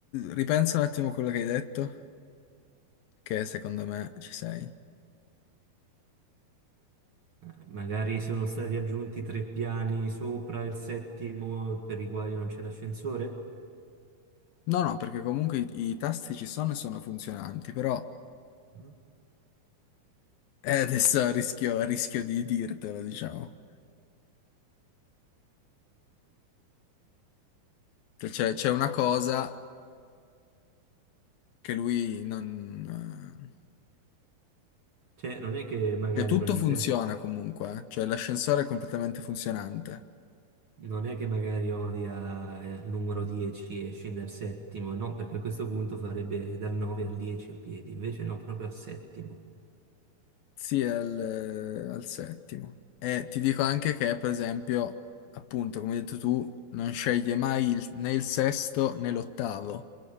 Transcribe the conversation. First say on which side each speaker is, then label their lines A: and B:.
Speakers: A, on the left; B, on the right.
A: ripensa un attimo a quello che hai detto, che secondo me ci sei.
B: eh, magari sono stati aggiunti tre piani sopra il settimo per i quali non c'è l'ascensore.
A: No, no, perché comunque i, i tasti ci sono e sono funzionanti, però
B: No.
A: eh, adesso <laughs> rischio, rischio di dirtelo, diciamo. Cioè, C'è c'è una cosa che lui non...
B: Cioè, non è che magari
A: Cioè, tutto
B: non gli
A: funziona
B: piace,
A: comunque, eh. Cioè l'ascensore è completamente funzionante.
B: non è che magari odia eh, il numero 10 e scende al settimo, no, perché a questo punto farebbe dal 9 al 10 a piedi, invece no, proprio al settimo.
A: Sì, è al, al settimo. E ti dico anche che, per esempio, appunto, come hai detto tu, non sceglie mai il- né il sesto né l'ottavo.